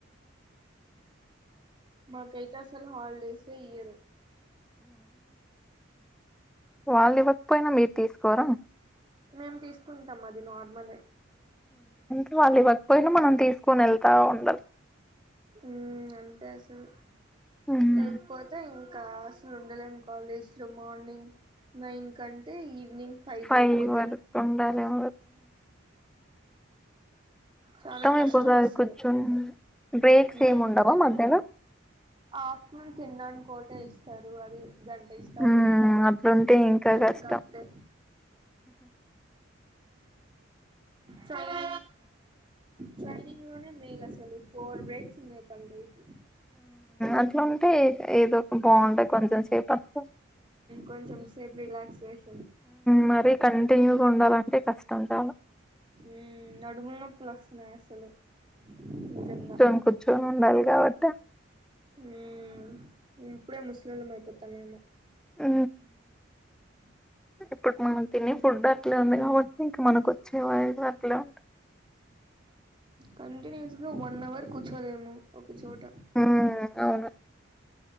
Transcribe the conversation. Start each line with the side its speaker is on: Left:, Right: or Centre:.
Right: మాకైతే అసలు హాలిడేసే ఇయరు
Centre: వాళ్ళు ఇవ్వకపోయినా మీరు తీసుకోరా
Right: మేము తీసుకుంటాం అది నార్మలే
Centre: ఉ వాళ్ళు ఇవ్వకపోయినా మనం తీసుకుని వెళ్తా ఉండాలి
Right: ఉ అంతే అసలు
Centre: ఉమ్
Right: లేకపోతే ఇంకా క్సులు ఉండలేము కాలేజ్ లో మార్నింగ్ నైన్ కంటే ఈవినింగ్ ఫైవ్
Centre: ఫై
Right: కి అయిపోతే
Centre: వర్కు ఉండాలవ
Right: చాలా కష్టంస
Centre: అయిపోతది కూర్చుని బ్రేక్స్
Right: హ
Centre: ఏమి ఉండవా మధ్యలో
Right: ఆఫ్ మన్ తిన్నానుకోట ఇస్తారు అది గంట ఇస్తారు
Centre: ఉమ్ అట్లుంటే ఇంకా కష్టం
Right: ఇంకతే చైనా ట్రైనింగ్ లోనే మేయిల్ అసలు ఫోర్ బ్రేక్స్ ఉన్నాయి పర్ డేకి
Centre: అట్లా ఉంటే ఏదో ఒక బాగుంటాయి కొంచెం సేపు అట్లా.
Right: కొంచెం సేపు రస్ష
Centre: మర కంటిన్యూగా ఉండాలంటే కష్టం చాలుా
Right: ఉ నడుముల న పులస్తున్నాయి అసలు నిజంగా
Centre: కూర్చోం కూర్చొని ఉండాలి కాబట్టి
Right: ఉమ్ ఇప్పుడే ముస్లింలం అయిపోతాం మేము
Centre: ఆ
Right: అ
Centre: ఇప్పుడు మనం తిని ఫుడ్ అట్లే ఉంది కాబట్టి ఇంకా మనకు వచ్చే వాయిసు అట్లే ఉంటా
Right: కంటిన్యూస్ గా వన్ అవర్ కూర్చోలేము ఒక చోట
Centre: హ్మ్. అవును.